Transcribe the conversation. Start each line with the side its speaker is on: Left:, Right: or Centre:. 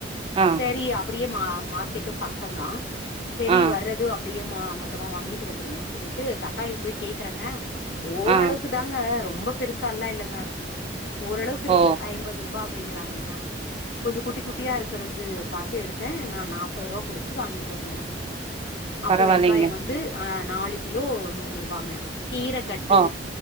Right: ஆ
Left: செரி அப்டியே மா மார்க்கெட்டு பக்க தா செரி
Right: ஆ
Left: வர்றது அப்டியே மா மொத்தமா வாங்கிட்டு வந்துருவோன் சொல்லிட்டு தக்காளி போய் கேக்குறங்க ஓரளவுக்கு
Right: ஆ
Left: தாங்க ரொம்ப பெருசாலா இல்லங்க ஓரளவுக்கு இருக்கு
Right: ஓ
Left: ஐம்பது ரூபா அப்டிங்கறாங்கங்க கொஞ்சசோ குட்டி குட்டியா இருக்கறது பாத்து எடுத்தே நா நாப்பது ரூபா கொடுத்துட்டு வாங்கிட்டு வந்தங்க அப்றோ
Right: பரவால்லைங்க
Left: வெங்காயோ வந்து ஆ நாலு கிலோ நூறு ரூபாங்க கீர கட்டு
Right: ஓ